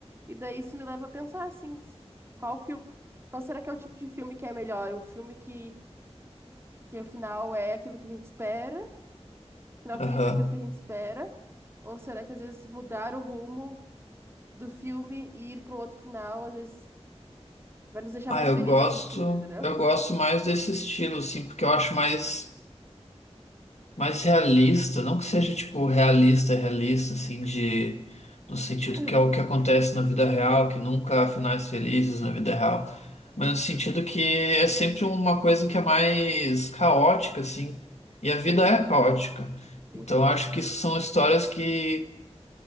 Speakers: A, on the right; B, on the left.
A: E daí isso me leva a pensar, assim, s- qual filme. Qual será que é o tipo de filme que é melhor? Um filme que Que o final é aquilo que a gente espera, o final feliz
B: Aham.
A: é aquilo que a gente espera. Ou será que às vezes mudar o rumo do filme e ir para um outro final, às vezes vai nos deixar
B: Ah,
A: mais
B: eu
A: felizes
B: gosto.
A: assistindo, entendeu?
B: Eu gosto mais desse estilo, assim, porque eu acho mais. mais realista, não que seja tipo realista, realista, assim, de no
A: <coughs>
B: sentido que é o que acontece na vida real,
A: <clears throat>
B: que nunca há finais felizes na vida real, mas no sentido que é sempre uma coisa que é mais caótica, assim, e a
A: Sim,
B: vida é caótica.
A: sim.
B: Então eu acho que isso são histórias que,